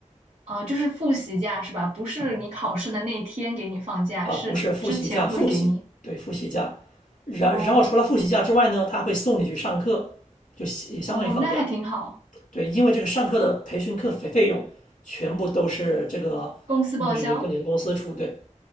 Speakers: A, on the right (about 60°); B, on the left (about 80°).
A: 啊，就是复习假是吧？不是你考试的那天给你放假，
B: 啊，
A: 是之前会给你。
B: 不是复习假，复习，对，复习假，然然后除了复习假之外呢，
A: 哦
B: 他会送你去上课，就也相当于放假，
A: 哦，那还挺好，
B: 对，因为这个上课的培训课费费用全部都是这个你你跟你的公司出，
A: 公司报销。
B: 对。